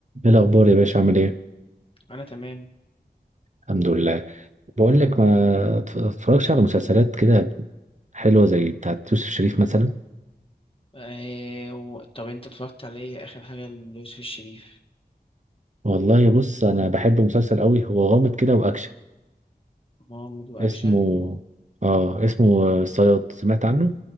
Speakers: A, on the right; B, on the left.
A: ايه الاخبار يا باشا عامل ايه
B: انا تمام
A: الحمد لله بقول لك ما اتف- اتفرجش على مسلسلات كده حلوه زي بتاعت يوسف شريف مثلا
B: آه و... طب انت اتفرجت على ايه اخر حاجه ليوسف الشريف
A: والله بص انا بحب مسلسل قوي هو غامض كده واكشن
B: مغامرة واكشن
A: اسمه اه اسمه الصياد سمعت عنه